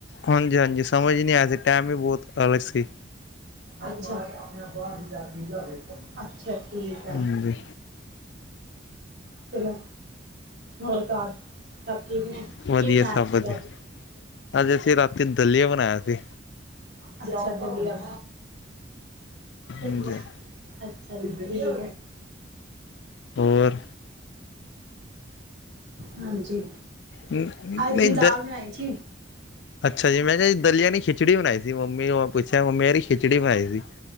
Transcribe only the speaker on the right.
ਅੱਛਾ -ਅੱਛਾ ਠੀਕ ਐ।
ਚਲੋ ਹੋਰ ਘਰ ਸਭ ਠੀਕ ਨੇ?
ਕੀ ਬਣਾਇਆ
ਤੁਸੀਂ
ਅੱਜ?
ਅੱਛਾ ਦਲੀਆਂ। ਦਲੀਆਂ।
ਅੱਛਾ ਜੀ।
ਹਾਂਜੀ।
ਅਜ ਜੀ
ਦਾਲ ਬਣਾਈ ਸੀ।